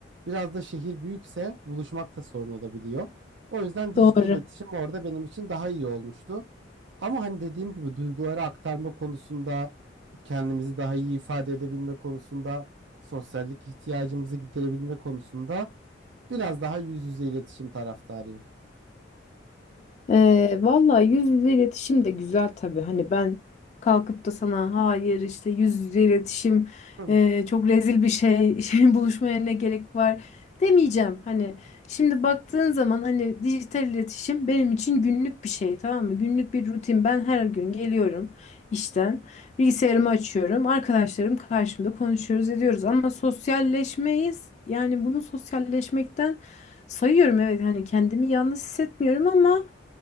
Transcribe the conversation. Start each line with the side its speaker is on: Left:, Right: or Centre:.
Right: biraz da şehir büyükse buluşmak da sorun olabiliyor. O yüzden dijital
Left: Doğru.
Right: iletişim orada benim için daha iyi olmuştu. Ama hani dediğim gibi duyguları aktarma konusunda, kendimizi daha iyi ifade edebilme konusunda, sosyallik ihtiyacımızı giderebilme konusunda biraz daha yüz yüze iletişim taraftarıyım.
Left: Ee, vallahi yüz yüze iletişim de güzel tabii. Hani ben kalkıp da sana hayır işte yüz yüze iletişim
Right: Hı hı.
Left: e, çok rezil bir şey, <laughs> şey buluşmaya ne gerek var demeyeceğim. Hani şimdi baktığın zaman hani dijital iletişim benim için günlük bir şey tamam mı? Günlük bir rutin. Ben her gün geliyorum işten bilgisayarımı açıyorum. Arkadaşlarım karşımda konuşuyoruz ediyoruz ama sosyalleşmeyiz. Yani bunu sosyalleşmekten sayıyorum evet hani kendimi yalnız hissetmiyorum ama